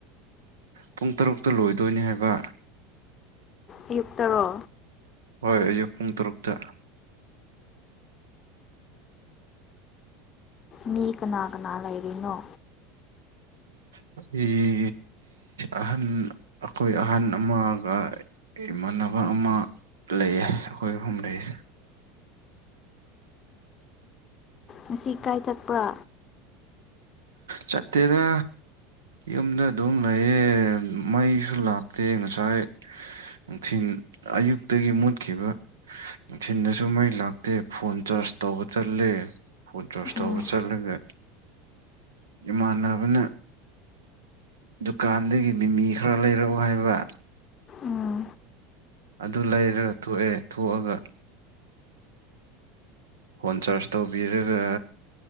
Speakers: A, on the right; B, on the left.
A: ꯄꯨꯡ ꯇꯔꯨꯛꯇ ꯂꯣꯏꯗꯣꯏꯅꯤ ꯍꯥꯏꯕ
B: ꯑꯌꯨꯛ ꯇꯔꯣ
A: ꯍꯣꯏ ꯑꯌꯨꯛ ꯄꯨꯡ ꯇꯔꯨꯛꯗ
B: ꯃꯤ ꯀꯅꯥ ꯀꯅꯥ ꯂꯩꯔꯤꯅꯣ
A: ꯍ ꯑꯩ ꯑꯍꯟ ꯑꯩꯈꯣꯏ ꯑꯍꯟ ꯑꯃꯒꯃ ꯅꯕ ꯑꯃ ꯂꯩꯌꯦ ꯑꯩꯈꯣꯏ ꯑꯐꯝ ꯂꯩꯦ
B: ꯉꯁꯤ ꯏꯀꯥꯏ ꯆꯠꯄ꯭ꯔꯥ
A: ꯆꯠꯠꯇꯦꯗ ꯌꯨꯝꯗ ꯑꯗꯨꯝ ꯂꯩꯌꯦ ꯃꯩꯁꯨ ꯂꯥꯛꯇꯦ ꯉꯁꯥꯏ ꯅꯨꯡꯊꯤꯜ ꯑꯌꯨꯛꯇꯒꯤ ꯃꯨꯠꯈꯤꯕ ꯅꯨꯡꯊꯤꯟꯗꯁꯨ ꯃꯩ ꯂꯥꯛꯇꯦ ꯐꯣꯟ ꯆꯥꯔꯖ ꯇꯧꯕ ꯆꯠꯂꯦ ꯐꯣꯟ ꯆ꯭ꯔꯁ
B: ꯎꯝ
A: ꯇꯧꯕ ꯆꯠꯂꯒ ꯏꯃꯥꯟꯅꯕꯅ ꯗꯨꯀꯥꯟꯗꯒꯤ ꯃꯤꯃꯤ ꯈꯔ ꯂꯩꯔꯛꯎ ꯍꯥꯏꯕ
B: ꯎꯝ
A: ꯑꯗꯨ ꯂꯩꯔꯒ ꯊꯣꯛꯑꯦ ꯊꯣꯛꯑꯒ ꯐꯣꯟ ꯆꯥꯔꯖ ꯇꯧꯕꯤꯔꯒ